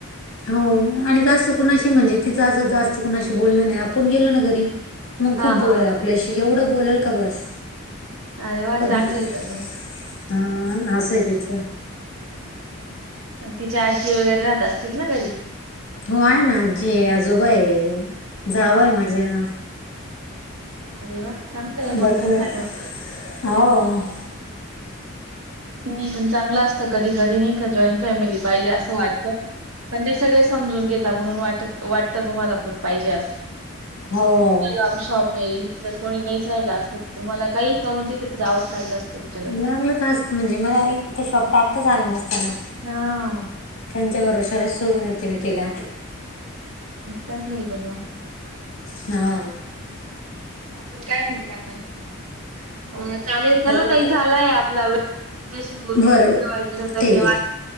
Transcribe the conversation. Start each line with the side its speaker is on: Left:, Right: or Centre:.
Left: हो आणि जास्त कुणाशी म्हणजे तिचं असं जास्त कुणाशी बोलण नाही आपण गेलो ना घरी. मग
Right: हा
Left: खूप बोलेल
Right: हा हा.
Left: आपल्याशी एवढं बोल का बस
Right: अरे वा
Left: हा
Right: चांगलं आहे पण
Left: अस आहे तिचं.
Right: तिची आजी वगैरे राहत असतील ना घरी.
Left: हो आहे ना आजी आहे आजोबा आहे
Right: हा.
Left: जावा आहे माझ्या
Right: अरे वा चांगला आहे मग
Left: भरपूर
Right: तर
Left: आहे.
Right: फॅमिली.
Left: हो
Right: नाही पण चांगलं असतं कधी कधी नाही का जॉईंट फॅमिली पाहिजे असं वाटत. पण ते सगळे समजून घेता म्हणून वाट वाटतं तुम्हाला पण पाहिजे असं,
Left: हो
Right: लांब शॉप <inaudible> जर कोणी नाहीच राहिला असत तर तुम्हाला काही करून तिथे जावंच लागलं असतं. तिच्याकडे.
Left: लागलं आस्त म्हणजे मला इथ शॉप टाकताच आलं नसतं ना.
Right: हा
Left: त्यांच्या भरवश्यावर सोडून येते मी तिला-
Right: चांगलं आहे पण मग.
Left: हा बरं
Right: अजून काय म्हणता मग, चालेल चला
Left: अजून
Right: ताई
Left: का
Right: झालाय आपला वेळ. तुमच्याशी बोलून
Left: बरोबर
Right: खूप छान वाटलं धन्यवाद.
Left: ठीक आहे